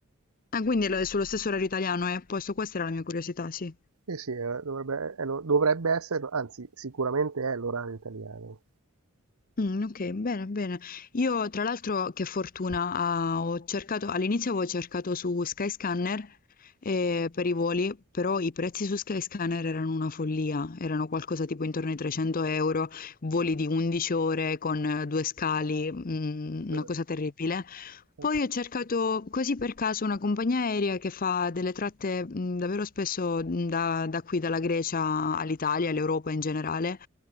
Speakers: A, on the left (about 40°); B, on the right (about 85°).
A: Ah, quindi è lo- è sullo stesso orario italiano, è a posto, questa era la mia curiosità, sì.
B: Eh sì, eh, dovrebbe, è lo- dovrebbe essere, anzi, sicuramente è l'orario italiano.
A: Mh, okay, bene, bene. Io tra l'altro che fortuna, ah, ho cercato all'inizio avevo cercato su Skyscanner, ehm, per i voli, però i prezzi su Skyscanner erano una follia, erano qualcosa tipo intorno ai 300 euro, voli di 11 ore con 2 scali, mhmm, una
B: Eh,
A: cosa terribile.
B: eh.
A: Poi ho cercato così per caso una compagnia aerea che fa delle tratte mh, davvero spesso mh, da, da qui, dalla Grecia all'Italia, all'Europa in generale.